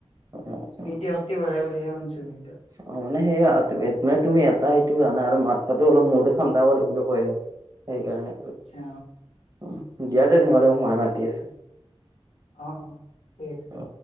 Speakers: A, on the right; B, on the left.
A: অ
B: স্মৃতি
A: অ
B: শক্তি বধায় বুলিহে শুছো কিন্তন্তু
A: অ মানে সেইয়া মে তুমি এটা সটো জানে আৰু মাথাটো অলপ মূৰটো ঠাণ্ডা কৰে বুলি কয় সেইকাৰণে
B: আছা
A: আৰু দিয়া যে তেনেহ'লে মোক মায়ে মাতি আছে
B: অ অ ঠিকছে
A: অ'।